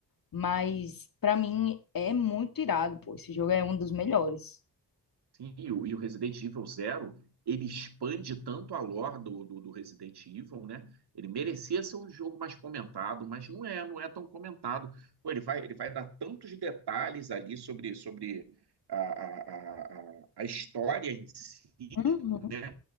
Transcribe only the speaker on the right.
Sim, e o, e o Resident Evil Zero, ele expande tanto a lore do, do, do Resident Evil, né? Ele merecia ser um jogo mais comentado, mas não é, não é tão comentado. Pô, ele vai, ele vai dar tantos detalhes ali sobre, sobre a, a, a, a a história em si,
né?